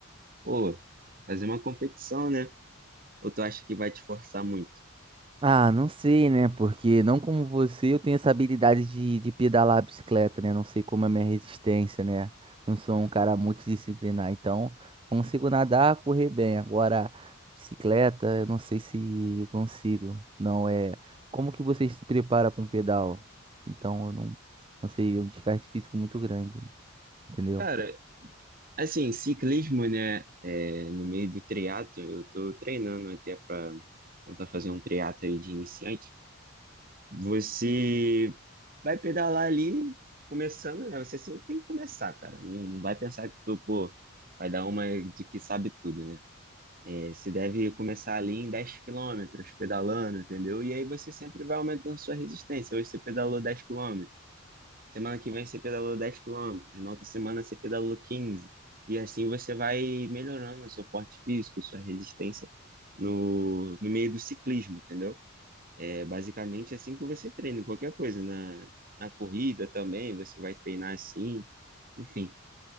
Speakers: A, on the right; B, on the right.
A: pô, fazer uma competição, né? Ou tu acha que vai te forçar muito?
B: Ah, não sei, né? Porque não como você, eu tenho essa habilidade de, de pedalar a bicicleta, né? Não sei como é a minha resistência, né? Não sou um cara multidisciplinar, então consigo nadar, correr bem. Agora, bicicleta, eu não sei se eu consigo. Não é. Como que você se prepara para um pedal? Então, eu não, não sei, é um desgaste físico muito grande, entendeu?
A: Cara, assim, ciclismo, né? é, no meio do triatlo, eu tô treinando até para tentar fazer um triatlo aí de iniciante. Você vai pedalar ali, começando, né? Você sempre tem que começar, cara. Não, não vai pensar que tu, pô, vai dar uma de que sabe tudo, né? É, você deve começar ali em 10 quilômetros pedalando, entendeu? E aí você sempre vai aumentando sua resistência. Hoje você pedalou 10 quilômetros. Semana que vem você pedalou 10 quilômetros, na outra semana você pedalou quinze E assim você vai melhorando o seu porte físico, sua resistência no, no meio do ciclismo, entendeu? É basicamente assim que você treina, em qualquer coisa. Na, na corrida também, você vai treinar assim, enfim.